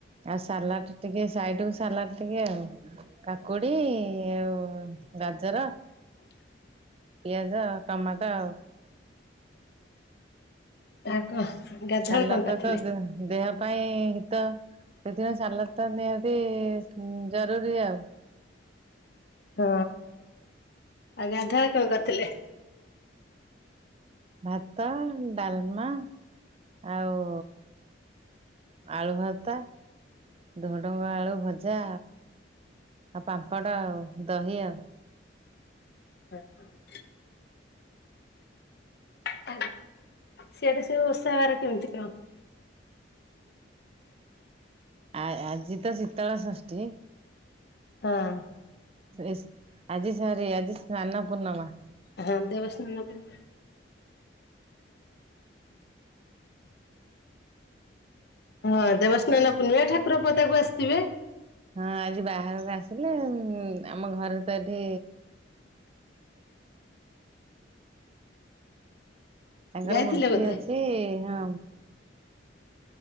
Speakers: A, on the right; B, on the left.
A: ଆଉ ସାଲାଟ୍ ଟିକେ ଆଇଟିକୁ ସାଲାଟ୍ ଟିକେ ଆଉ କାକୁଡି ଆଉ ଗାଜର।
B: <inaudible>
A: ପିଆଜ ଟମାଟ ଆଉ।
B: <unintelligible>
A: ସାଲାଡ ଟା ତ ଦେହ ପାଇଁ ହିତ ସେଥିପାଇଁ ସାଲାଟ୍ ତା ନିହାତି ଜରୁରୀ ଆଉ।
B: ହଁ ଆଉ <unintelligible> କଣ କରିଥିଲେ?
A: ଭାତ ଡାଲମା ଆଉ ଆଳୁ ଭତ୍ତା ଧୋଡଙ୍ଗ ଆଳୁ ଭଜା। ଆଉ ପାମ୍ପଡ ଆଉ ଦହି ଆଉ।
B: <unintelligible> <unintelligible> ସିଏବି ସେଇ ଓଷାବାର କେମିତି କଣ?
A: ଆ ଆଜି ତ ଶୀତଳ ଷଷ୍ଠୀ।
B: ହଁ।
A: ଏସ ଆଜି ସରି ଆଜି ସ୍ନାନ ପୂର୍ଣ୍ଣିମା।
B: ହଁ ଦେବ ସ୍ନାନ ପୂର୍ଣ୍ଣିମା। ହଁ ଦେବସ୍ନାନ ପୂର୍ଣ୍ଣିମା ଠାକୁର ପଦାକୁ ଆସିଥିବେ?
A: ହଁ ଆଜି ବାହାରକୁ ଆସିଲେ ଆମ ଘରେ ତ ଏଠି ତାଙ୍କର
B: ଯାଇଥିଲେ
A: ମୂର୍ତ୍ତି
B: ବୋଧେ?
A: ଅଛି ହଁ।